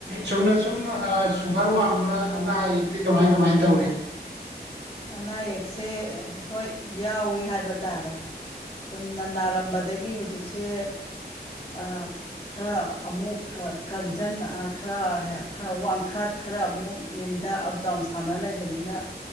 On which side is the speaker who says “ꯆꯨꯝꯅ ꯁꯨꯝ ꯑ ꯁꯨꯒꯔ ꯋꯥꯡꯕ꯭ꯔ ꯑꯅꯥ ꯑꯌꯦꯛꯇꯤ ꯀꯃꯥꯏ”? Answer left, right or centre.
Right